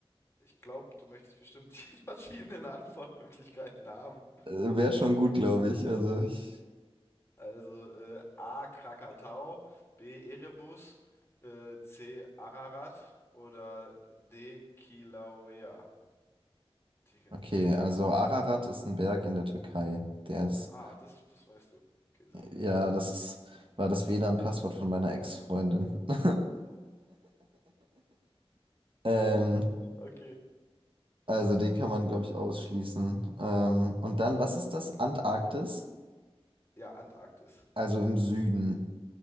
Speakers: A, on the left (about 25°); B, on the right (about 55°).
A: Ich glaube, du möchtest bestimmt die <laughs> verschiedenen Antwortmöglichkeiten haben.
B: Äh, wäre schon gut, glaube ich. Also ich.
A: Also äh, A. Krakatau, B. Erebus, äh, C. Ararat oder D. Kilauea. Digga,
B: Okay,
A: was ist das
B: also
A: denn?
B: Ararat ist ein Berg in der Türkei. Der ist.
A: Ah, das, das weißt du. Okay, sehr gut.
B: Ja, das ist, war das WLAN-Passwort von meiner Ex-Freundin. <laughs> Ähm,
A: Geil. Okay.
B: also den kann man, glaube ich, ausschließen. Ähm,
A: Ja,
B: und dann, was ist das? Antarktis?
A: ja, Antarktis.
B: also im Süden.